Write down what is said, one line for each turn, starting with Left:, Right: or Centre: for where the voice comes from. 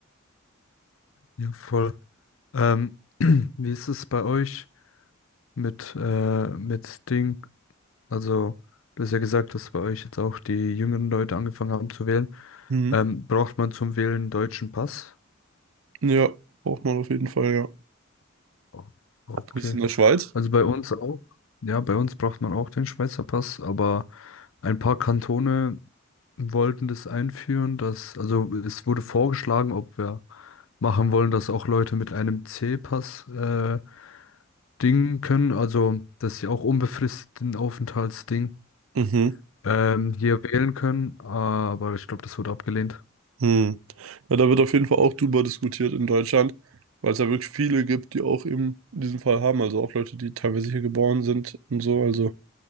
Left: Ja, voll. Ähm, <clears throat> wie ist es bei euch mit, äh, mit Ding? Also, du hast ja gesagt, dass bei euch jetzt auch die jüngeren Leute angefangen haben zu wählen.
Right: Mhm.
Left: Ähm, braucht man zum Wählen einen deutschen Pass?
Right: Ja, braucht man auf jeden Fall, ja.
Left: O- Okay.
Right: Du bist in der Schweiz?
Left: Also bei uns auch. Ja, bei uns braucht man auch den Schweizer Pass, aber ein paar Kantone wollten das einführen, dass, also es wurde vorgeschlagen, ob wir machen wollen, dass auch Leute mit einem C-Pass äh, dingen können, also dass sie auch unbefristeten Aufenthaltsding
Right: Mhm.
Left: ähm, hier wählen können, aber ich glaube, das wurde abgelehnt.
Right: Mhm. Ja, da wird auf jeden Fall auch drüber diskutiert in Deutschland, weil es ja wirklich viele gibt, die auch eben diesen Fall haben. Also auch Leute, die teilweise hier geboren sind und so. Also